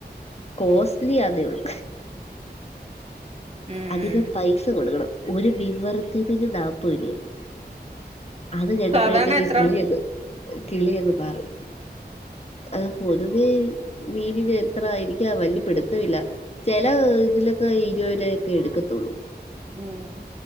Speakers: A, on the left (about 35°); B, on the right (about 40°).
A: കോസ്റ്റ്ലി ആന്നേ ഉള്ളൂ
B: ഉം
A: അധികം പൈസ കൊടുക്കണം. ഒരുമീൻ വർത്തതിന് നാൽപ്പരുവായിരു അത് കേട്ടപ്പോഴത്തേക്ക്
B: സാധാരണ എത്ര?
A: കിളിയങ് കിളിയങ്ങ് പാറി അത് പൊതുവേ മീനിന് എത്രാ എനക്കാ വല്യ പിടുത്തവില്ല ചെല ഇതിലൊക്കെ ഇരുപരുവായ്.. കെടുക്കത്തുള്ളൂ.
B: ഉം